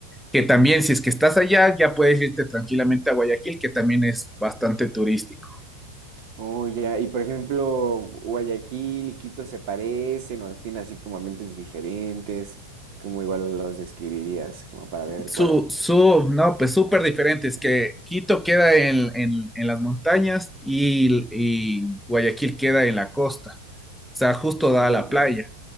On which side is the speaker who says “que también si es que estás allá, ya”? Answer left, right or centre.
Centre